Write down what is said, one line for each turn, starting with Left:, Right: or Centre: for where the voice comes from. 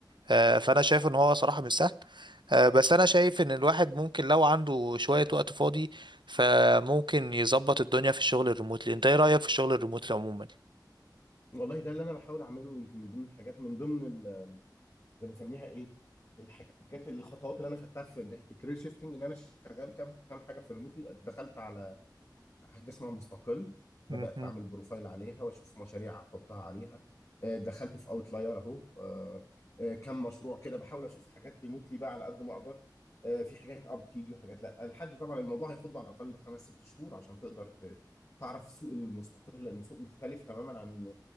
Right: آه، فانا شايف ان هو صراحة مش سهل آه، بس انا شايف ان الواحد ممكن لو عنده شوية وقت فاضي فممكن يظبط الدنيا في الشغل الريموتلي انت ايه رأيك في الشغل الريموتلي عموما
Left: والله ده اللي انا بحاول اعمله يمكن من ضمن الحاجات من ضمن بنسميها ايه الحاجات الخطوات اللي انا خدتها في ناحيه الكارير شيفتنج ان انا شغال كام كام حاجه في ريموتلي دخلت على حاجه اسمها مستقل بدات
Right: مهم.
Left: اعمل بروفايل عليها واشوف مشاريع احطها عليها آه، دخلت في اوتلاير اهو آه، آه، كام مشروع كده بحاول اشوف حاجات ريموتلي بقى على قد ما اقدر آه، في حاجات اب تيجي وحاجات لا لحد طبعا الموضوع هياخد له على الاقل خمس ست شهور عشان تقدر ت- تعرف سوق المستقل لانه سوق مختلف تماما عن